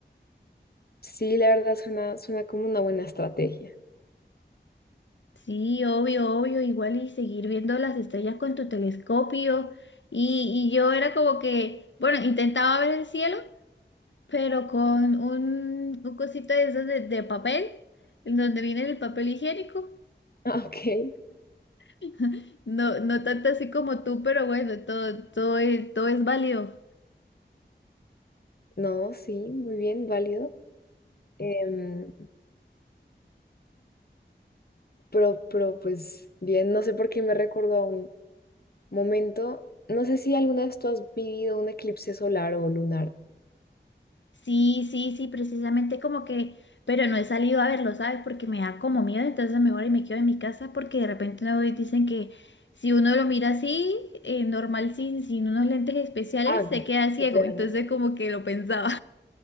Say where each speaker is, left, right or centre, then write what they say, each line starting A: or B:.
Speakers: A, on the left; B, on the left.
A: Sí, la verdad suena, suena como una buena estrategia.
B: Sí, obvio, obvio, igual y seguir viendo las estrellas con tu telescopio. Y, y yo era como que, bueno, intentaba ver el cielo. pero con un, un cosito de esas de, de papel, en donde viene el papel higiénico.
A: <laughs> Ah, Ok.
B: <laughs> No, no tanto así como tú, pero bueno, todo, todo es, todo es válido.
A: No, sí, muy bien, válido. Em, Pero, pero, pues bien, no sé por qué me recordó a un momento. No sé si alguna vez tú has vivido un eclipse solar o lunar.
B: Sí, sí, sí, precisamente como que, pero no he salido a verlo, ¿sabes? Porque me da como miedo, entonces mejor y me quedo en mi casa porque de repente no dicen que si uno lo mira así, eh, normal, sin, sin unos lentes especiales,
A: Ah, no,
B: se queda ciego,
A: se te da-
B: entonces como que lo pensaba.